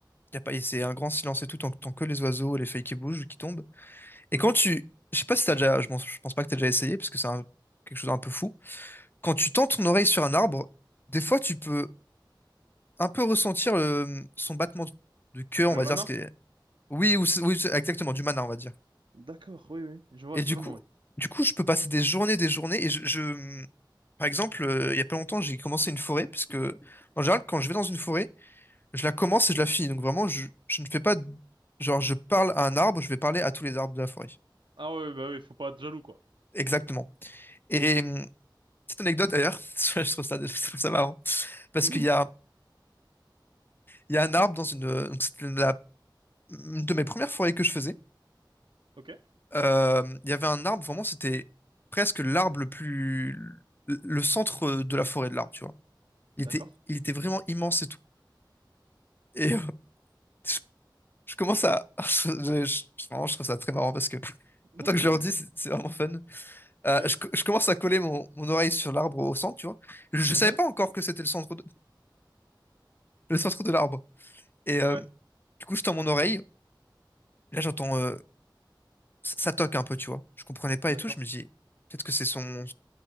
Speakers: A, on the left; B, on the right.
A: y a pas, et c'est un grand silence et tout, tant, tant que les oiseaux et les feuilles qui bougent, qui tombent. Et
B: Mhm.
A: quand tu, je sais pas si t'as déjà, je, pense- je pense pas que t'as déjà essayé, parce que c'est un- quelque chose d'un peu fou, quand tu tends ton oreille sur un arbre, des fois tu peux un peu ressentir le- son battement de cœur,
B: Le
A: on va
B: mana?
A: dire, ce qui est Oui, ou, c'est- oui, c'est- exactement, du mana, on va dire.
B: D'accord, oui, oui. Je vois
A: Et
B: totalement,
A: du coup,
B: oui.
A: du coup, je peux passer des journées, des journées. Et je, je- par exemple, euh, il y a pas longtemps, j'ai commencé une forêt, parce que en général, quand je vais dans une forêt, je la commence et je la finis. Donc vraiment, je, je ne fais pas, de- genre, je parle à un arbre, je vais parler à tous les arbres de la forêt.
B: Ah ouais bah oui, faut pas être jaloux, quoi.
A: Exactement. Et hum, petite anecdote d'ailleurs, <laughs> je trouve ça, je trouve ça marrant, parce
B: Mhm.
A: qu'il y a, il y a un arbre dans une, euh, donc c'était la- une de mes premières forêts que je faisais.
B: Ok,
A: Euh, il y avait un arbre, vraiment, c'était presque l'arbre le plus. le centre de la forêt de l'arbre, tu vois. Il
B: d'accord.
A: était, il était vraiment immense et tout. Et euh, je, je commence à. <laughs> je, je- vraiment, je trouve ça très marrant parce que.
B: Non,
A: Attends
B: t'inquiète,
A: que je leur
B: t'inquiète.
A: dis, c'est c'est vraiment fun.
B: Ok.
A: Euh, je, co- je commence à coller mon, mon oreille sur l'arbre au centre, tu vois. Je, je
B: Mhm.
A: savais pas encore que c'était le centre de, le centre de l'arbre. Et euh,
B: Ouais,
A: du coup, je tends mon oreille. Là, j'entends. euh, ça ça toque un peu, tu vois. Je comprenais pas
B: d'accord.
A: et tout. Je me dis, peut-être que c'est son.